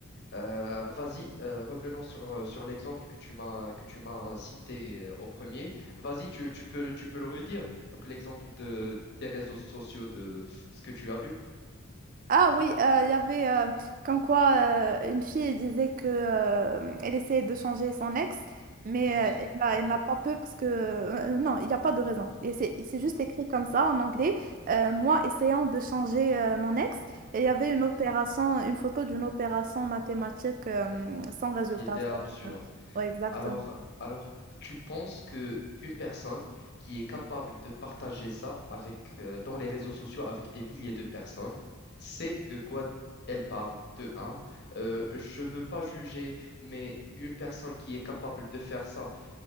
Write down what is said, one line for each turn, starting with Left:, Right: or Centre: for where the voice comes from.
Left: Euh, vas-y, euh, revenons sur, sur l'exemple que tu m'as que tu m'as cité euh, au premier. Vas-y, tu, tu peux tu peux le redire. Donc l'exemple de des réseaux sociaux de ce que tu as vu.
Right: Ah oui, euh, il y avait euh, comme quoi euh, une fille disait que euh, elle essayait de changer son ex, mais
Left: Mhm,
Right: euh, elle n'a
Left: mhm,
Right: elle n'a pas peur parce que euh, non, il n'y a pas de raison. Et c'est c'est juste écrit comme ça en anglais. euh, moi essayant de changer euh, mon ex, et il y avait une
Left: mhm.
Right: opération, une photo d'une opération mathématique euh, sans résultat.
Left: Qui était
Right: cest
Left: absurde.
Right: Ouais, exactement.
Left: Alors, alors, tu penses que qu'une personne qui est capable de partager ça avec euh, dans les réseaux sociaux avec des milliers de personnes, c'est de quoi elle parle de un. Euh, je veux pas juger, mais une personne qui est capable de faire ça